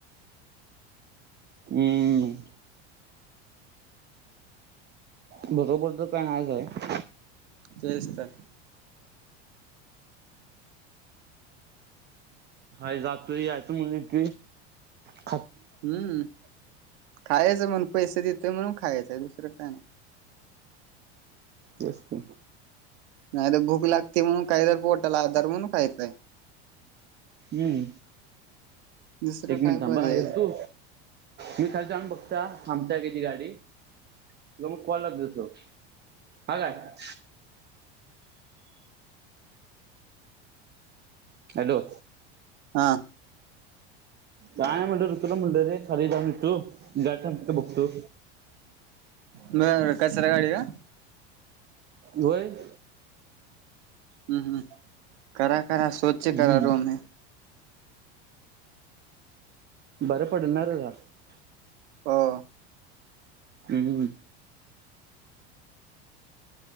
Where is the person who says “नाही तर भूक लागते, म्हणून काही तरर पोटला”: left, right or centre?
Right